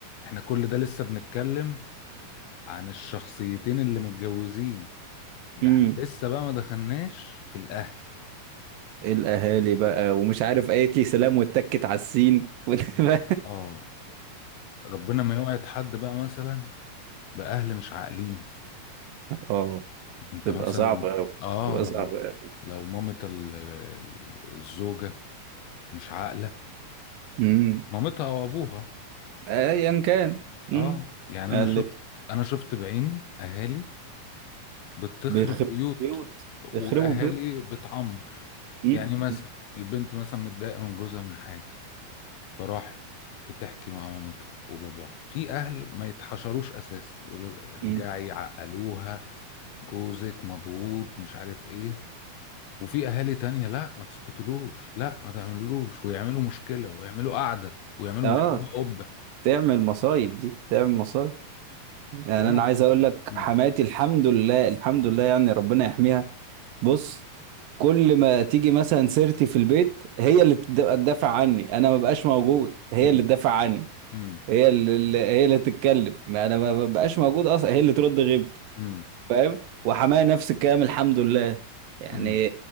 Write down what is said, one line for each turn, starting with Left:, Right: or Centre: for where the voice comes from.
Left: احنا كل ده لسه بنتكلم عن الشخصيتين اللي متجوزين ده
Right: امم
Left: احنا لسه بقى ما دخلناش في الأهل
Right: الاهالي بقى ومش عارف قالت لي سلام واتكت على السين <laughs>
Left: اه ربنا ما يوعد حد بقى مثلا بأهل مش عاقلين
Right: اه
Left: انت
Right: تبقى
Left: مثلا
Right: صعبة قوي
Left: اه
Right: تبقى
Left: لو
Right: صعبة قوي
Left: لو مامة ال- ال- الزوجة مش عاقلة
Right: امم
Left: مامتها او ابوها
Right: ايا كان امم
Left: اه يعني
Right: قالت
Left: انا شفت انا شفت بعيني اهالي بتخرب
Right: بيخربوا
Left: بيوت
Right: بيوت
Left: واهالي
Right: بيخربوا بيوت
Left: بتعمر
Right: مم.
Left: يعني مثلا
Right: مم.
Left: البنت مثلا متضايقه من جوزها من حاجه فراحت بتحكي مع مامتها وباباها في اهل ما يتحشروش اساسا يقولوا ارجعي
Right: مم.
Left: عقلوها جوزك مضغوط مش عارف ايه وفي اهالي تانية لا ما تسكتلوش لا ما تعملولوش ويعملوا مشكله ويعملوا قعده ويعملوا
Right: اه
Left: من الحرب قبه
Right: تعمل مصايب دي تعمل مصايب يعني
Left: وانا
Right: انا عايز اقول لك
Left: مم.
Right: حماتي الحمد لله الحمد لله يعني ربنا يحميها بص كل ما تيجي مثلا سيرتي في البيت هي اللي تد- تدافع عني انا ما بقاش موجود هي
Left: مم.
Right: اللي تدافع عني
Left: مم.
Right: هي اللي اللي- هي اللي تتكلم ما انا ما بقاش موجود اصلا هي اللي ترد غيبتي
Left: مم.
Right: فاهم وحماية نفس الكلام الحمد لله يعني
Left: مم.